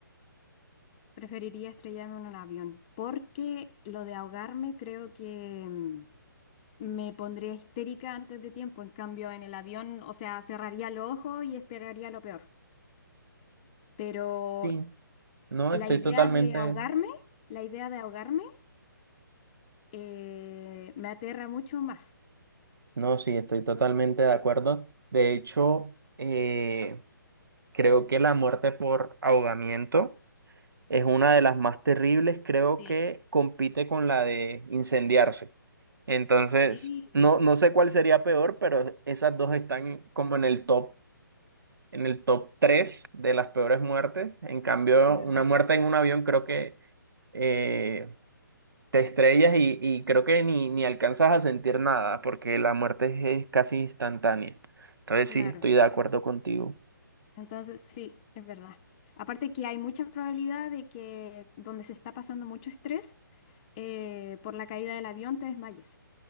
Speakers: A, on the left; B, on the right.
A: Preferiría estrellarme en un avión, porque lo de ahogarme creo que mm, me pondría histérica antes de tiempo. En cambio, en el avión, o sea, cerraría los ojos y esperaría lo peor. Pero
B: Sí, no,
A: la
B: estoy
A: idea
B: totalmente,
A: de ahogarme, la idea de ahogarme, eh, me aterra mucho más.
B: no, sí, estoy totalmente de acuerdo. De hecho, eh, creo que la muerte por ahogamiento Es una de las más terribles, creo
A: Sí.
B: que compite con la de incendiarse. Entonces,
A: Sí,
B: no, no sé cuál sería peor, pero esas dos están como en el top, en el top 3 de las peores muertes. En cambio,
A: de verdad
B: una muerte
A: que sí.
B: en un avión creo que eh, te estrellas y, y creo que ni, ni alcanzas a sentir nada, porque la muerte es, es casi instantánea. Entonces,
A: Claro.
B: sí, estoy de acuerdo contigo.
A: Entonces, sí, es verdad. Aparte que hay mucha probabilidad de que donde se está pasando mucho estrés, eh, por la caída del avión te desmayes.